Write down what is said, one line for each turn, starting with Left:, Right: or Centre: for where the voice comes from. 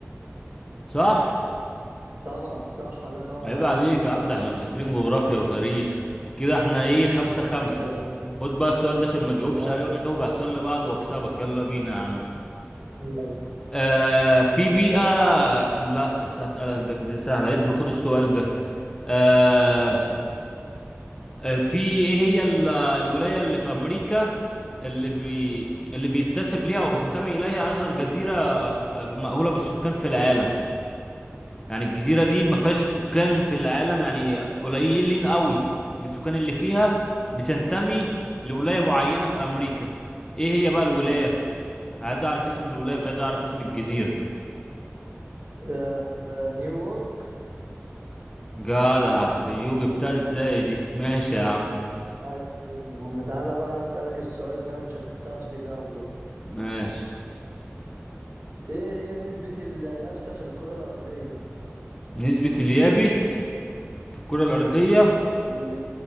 Left: صح
Right: طبعا صح الله ينور
Left: عيب
Right: عليك
Left: عليك يا عم ده احنا مذاكرين جغرافيا وتاريخ كده احنا ايه خمسة خمسة
Right: آه،
Left: خد بقى السؤال ده عشان ما تجاوبش
Right: ماشي.
Left: عليه وانا اجاوب على السؤال اللي بعده واكسبك يلا بينا يا عم
Right: يلا.
Left: آه في بيئة لا بس هسألك ده دي سهلة اصبر خد السؤال ده آه آه، في ايه هي ال- الولاية اللي في أمريكا اللي بي اللي بينتسب ليها أو بتنتمي إليها أصغر جزيرة ف- مأهولة بالسكان في العالم يعني الجزيرة دي ما فيهاش سكان في العالم يعني قليلين قوي السكان اللي فيها بتنتمي لولاية معينة في أمريكا ايه هي بقى الولاية عايز أعرف اسم الولاية مش عايز أعرف اسم الجزيرة
Right: آه، آه، نيويورك
Left: جدع اليوجي بتاع ازاي دي ماشي يا عم
Right: عايش يا ابني يا عم تعالى بقى انا اسألك السؤال ده مش هتعرف تجاوبه
Left: ماشي
Right: ايه هي نسبة اليابسة في الكرة الأرضية
Left: نسبة اليابس في الكرة الأرضية
Right: اللي هي